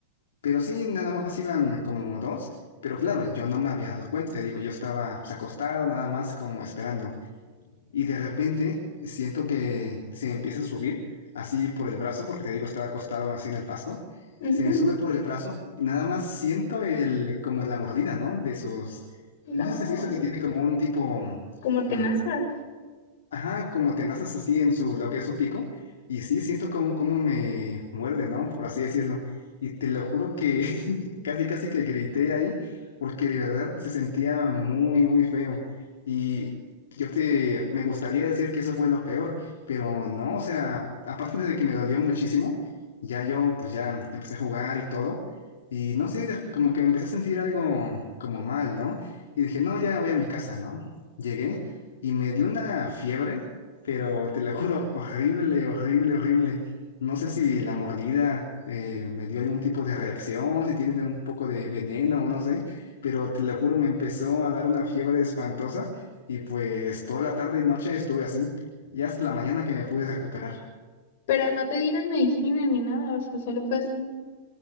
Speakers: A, on the left (about 85°); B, on the left (about 60°).
A: Pero sí, nada más iban como dos. Pero claro, yo no me había dado cuenta, te digo, yo estaba pues, acostado nada más como esperando. Y de repente siento que se empieza a subir así por el brazo, porque te digo, estaba acostado así en el pasto.
B: ujú,
A: Se me sube por el brazo y nada más siento el, como la mordida, ¿no? De sus...
B: No,
A: No sé si has visto que tiene como un tipo,
B: como tenazas,
A: ah, Ajá, como tenazas así en su, lo que es su pico. Y sí, siento como, como me muerde, ¿no? Por así decirlo. Y te lo juro que <laughs> casi, casi que grité ahí, porque de verdad se sentía muy, muy feo. Y yo te, me gustaría decir que eso fue lo peor, pero no, o sea, aparte de que me dolió muchísimo, ya yo, pues ya empecé a jugar y todo. Y no sé, de- como que me empecé a sentir algo como mal, ¿no? Y dije, no, ya voy a mi casa, ¿no? Llegué y me dio una fiebre, pero te lo juro, <laughs> horrible, horrible, horrible. No sé si la mordida eh, me dio algún tipo de reacción, si tienen un poco de veneno o no sé, pero te lo juro, me empezó a dar una fiebre espantosa y pues toda la tarde y noche estuve así, y hasta la mañana que me pude recuperar.
B: pero no te dieron medicina ni nada, o sea, solo fue así,